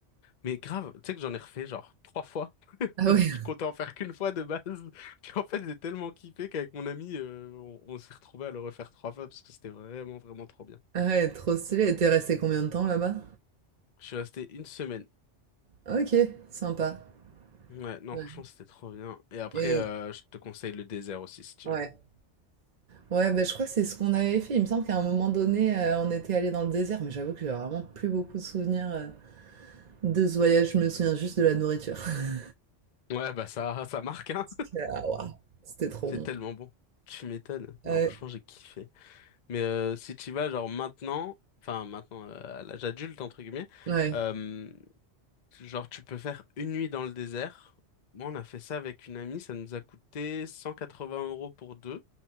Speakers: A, on the left; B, on the right.
A: Mais grave, tu sais que j'en ai refait genre trois fois. <laughs>
B: Ah
A: Je
B: ouais,
A: comptais en faire qu'une fois de base. <laughs> Puis en fait, j'ai tellement kiffé qu'avec mon ami, euh, on, on s'est retrouvé à le refaire trois fois parce que c'était vraiment, vraiment trop bien.
B: ah ouais, trop stylé. Et t'es resté combien de temps là-bas?
A: Je suis resté une semaine.
B: Ok, sympa.
A: Ouais, non,
B: Ouais.
A: franchement, c'était trop bien. Et après,
B: Et
A: euh, je te conseille le désert aussi si tu
B: ouais.
A: veux.
B: Ouais, ben, je crois que c'est ce qu'on avait fait. Il me semble qu'à un moment donné, euh, on était allé dans le désert, mais j'avoue que j'ai vraiment plus beaucoup de souvenirs euh, de ce voyage. Je me souviens juste de la nourriture. <laughs>
A: Ouais, bah ça, ça marque, hein.
B: J'étais là, Ah, waouh, c'était trop
A: C'est
B: bon.
A: tellement bon. Tu m'étonnes. Non,
B: Ouais,
A: franchement, j'ai kiffé. Mais euh, si tu y vas, genre maintenant, enfin maintenant, euh, à l'âge adulte, entre guillemets,
B: ouais.
A: euh, genre tu peux faire une nuit dans le désert. Moi, on a fait ça avec une amie, ça nous a coûté 180 euros pour deux,